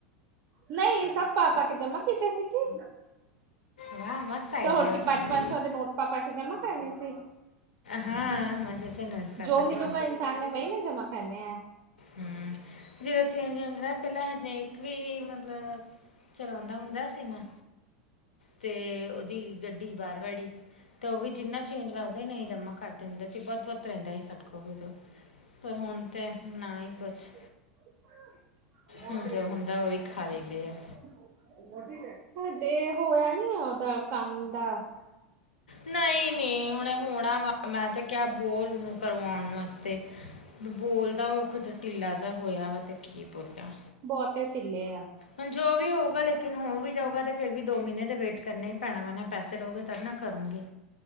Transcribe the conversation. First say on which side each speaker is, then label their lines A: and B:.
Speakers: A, on the right; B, on the left.
A: ਨਈ ਸਭ ਪਾ-ਪਾ ਕੇ ਜਮਾ ਕਿਤੇ ਸੀ ਕੀ
B: ਵਾਹ ਮਸਤ ਆਈਡੀਆ
A: ਤੇ ਹੋਰ ਕੀ
B: ਬਸ
A: ਪੰਜ-ਪੰਜ ਸੌ ਦੇ ਨੋਟ ਪਾ ਕ ਪਾ ਕੇ ਜਮਾ ਕਰਨੇ ਸੀ,
B: ਹਾਂ ਚ ਨੇ ਪਾਪਾ
A: ਜੋ ਮਿਲੂਗਾ
B: ਕੇ ਤਾਂ
A: ਇਨਸਾਨ ਨੇ ਵਹੀ ਨਾ ਜਮ੍ਹਾ ਕਰਨੇ ਐ।
B: ਹੂੰ, ਜਦੋਂ ਚੇਂਜ ਹੁੰਦਾ ਪਹਿਲਾਂ ਹਰੇਕ ਵੀ ਮ ਮਤਲਬ ਚਲਾਉਂਦਾ ਹੁੰਦਾ ਸੀ ਮੈ ਤੇ ਉਹਦੀ ਗੱਡੀ ਬਾਰ ਵਾੜੀ ਤੇ ਉਹ ਵੀ ਜਿੰਨਾ ਚੇਂਜ ਵਗਦਾ ਸੀ ਨਾ ਏਹੀ ਜਮ੍ਹਾਂ ਕਰਦੇ ਹੁੰਦੇ ਸੀ ਬੋਤ-ਬੌਤ ਰਹਿੰਦਾ ਸੀ ਸਾਡੇ ਕੋਲ ਵੀ ਓਦੋਂ ਪਰ ਹੁਣ ਤੇ ਨਾ ਹੀ ਪੁੱਛ
A: <inaudible>
B: ਹੁਣ ਜੋ ਹੁੰਦਾ ਉਹੀ ਖਾ ਲਈਦੇ ਆ
A: ਤੁਹਾਡੇ ਹੋਇਆ ਨੀ, ਉਹਦਾ ਕੰਮ ਦਾ?
B: ਨਈ-ਨਈ, ਹੁਣੇ ਹੋਣਾ ਵਾ ਮੈਂ ਤੇ ਕਿਹਾ ਬੋਲ ਉਹਨੂੰ ਕਰਵਾਉਣ ਵਾਸਤੇ। ਬ-ਬੋਲਦਾ ਦਾ <unintelligible> ਤਾਂ ਢਿੱਲਾ ਜਾ ਹੋਇਆ ਵਾ ਤੇ ਕੀ ਬੋਲਾ।
A: ਬਹੁਤੇ ਢਿੱਲੇ ਆ।
B: ਹੁਣ ਜੋ ਵੀ ਹੋਊਗਾ, ਲੇਕਿਨ ਹੋ ਵੀ ਜਾਊਗਾ ਤੇ ਫੇਰ ਵੀ ਦੋ ਮਹੀਨੇ ਤੇ ਵੇਟ ਕਰਨੇ ਹੀ ਪੈਣਾ ਵਾ ਨਾ, ਪੈਸੇ ਰੋਗੇ ਤਦ ਨਾ ਕਰੁਗੀ।